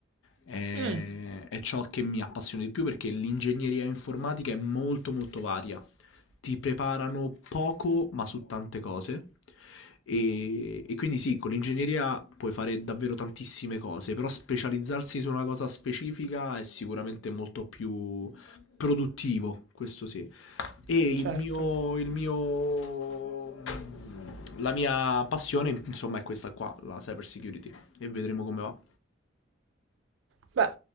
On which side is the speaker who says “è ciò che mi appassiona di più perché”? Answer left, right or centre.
Left